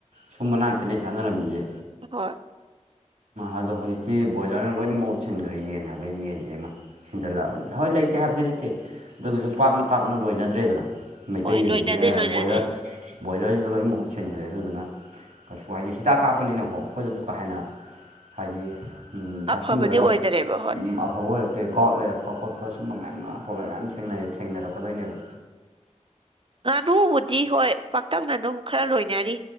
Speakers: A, on the right (about 70°); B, on the right (about 45°).
A: ꯁꯨꯝꯕꯅꯥꯛꯇꯅꯦ ꯁꯥꯟꯅꯔꯝꯃꯤꯁꯦ
B: ꯍꯣꯏ
A: ꯑꯗꯣ ꯍꯧꯖꯤꯛꯇꯤ ꯕꯣꯏꯂꯔꯅ ꯂꯣꯏꯅ ꯃꯍꯨꯠ ꯁꯤꯟꯈ꯭ꯔꯦ ꯌꯦꯟ ꯍꯥꯏꯕ ꯌꯦꯟꯁꯤꯃ ꯁꯤꯟꯖꯜꯂꯛꯑꯕꯅꯤꯅ ꯍꯣꯏ ꯂꯩꯇꯦ ꯍꯥꯏꯕꯗꯤ ꯅꯠꯇꯦ ꯑꯗꯨꯑꯣꯏꯁꯨ ꯄꯥꯛꯅ ꯄꯥꯛꯅ ꯂꯣꯏꯅꯗ꯭ꯔꯦꯗꯅ ꯃꯩꯇꯩ
B: ꯍꯣꯏ
A: ꯌꯦꯟꯁꯤ
B: ꯂꯣꯏꯅꯗꯦ ꯂꯣꯏꯅꯗꯦ
A: ꯕꯣꯏꯂꯔ ꯕꯣꯏꯂꯔꯅꯥ ꯂꯣꯏꯅ ꯃꯍꯨꯠ ꯁꯤꯟꯈ꯭ꯔꯦ ꯑꯗꯨꯗꯨꯅ ꯀꯩꯁꯨ ꯍꯥꯏꯗꯤ ꯍꯤꯗꯥꯛ ꯀꯥꯞꯄꯅꯤꯅꯀꯣ ꯑꯩꯈꯣꯏꯗꯁꯨ ꯀꯥ ꯍꯦꯟꯅ ꯍꯥꯏꯗꯤ ꯆꯥꯁꯟꯕꯗ
B: ꯑꯐꯕꯗꯤ ꯑꯣꯏꯗꯔꯦꯕ ꯍꯣꯏ
A: ꯑꯐꯕ ꯑꯣꯏꯔꯛꯇꯦ ꯒꯥꯎꯠ ꯂꯩꯔꯛꯄ ꯈꯣꯠꯄ ꯁꯨꯝꯕ ꯃꯌꯥꯝꯅ ꯄ꯭ꯔꯣꯕ꯭ꯂꯦꯝ ꯃꯌꯥꯝ ꯊꯦꯡꯅꯩ ꯊꯦꯡꯅꯔꯛꯀꯗꯣꯏꯅꯦꯕ
B: ꯉꯥꯅꯨꯕꯨꯗꯤ ꯍꯣꯏ ꯄꯥꯛꯇꯛꯅ ꯑꯗꯨꯝ ꯈꯔ ꯂꯣꯏꯅꯔꯤ